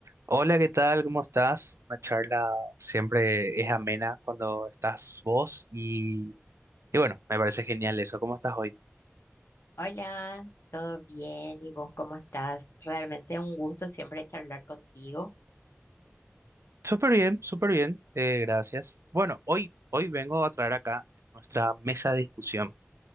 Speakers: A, on the right (about 75°); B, on the left (about 70°).
A: Hola, ¿qué tal? ¿Cómo estás? Una charla siempre es amena cuando estás vos y, y bueno, me parece genial eso. ¿Cómo estás hoy?
B: Hola, ¿todo bien? ¿Y vos cómo estás? Realmente un gusto siempre charlar contigo.
A: Súper bien, súper bien, eh, gracias. Bueno, hoy, hoy vengo a traer acá nuestra mesa de discusión